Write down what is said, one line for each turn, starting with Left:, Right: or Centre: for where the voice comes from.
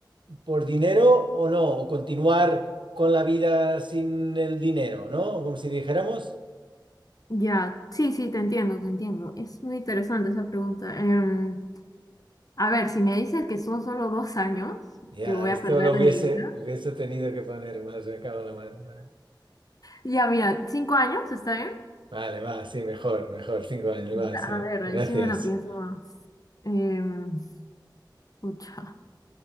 Right: por dinero o no, o continuar con la vida sin el dinero, ¿no? Como si dijéramos.
Left: ya, sí, sí, te entiendo, te entiendo. Es muy interesante esa pregunta. Em, A ver, si me dices que son solo dos años
Right: Ya,
Left: que voy
Right: esto
Left: a perder
Right: lo
Left: de
Right: hubiese,
Left: mi vida.
Right: hubiese tenido que poner más, me cago en la mano. ¿no?
Left: Ya, mira, cinco años, ¿está bien?
Right: Vale, va, sí, mejor, mejor, cinco años,
Left: Ya,
Right: va, sí,
Left: a ver, ahí
Right: gracias.
Left: sí me la pienso más. Em, pucha.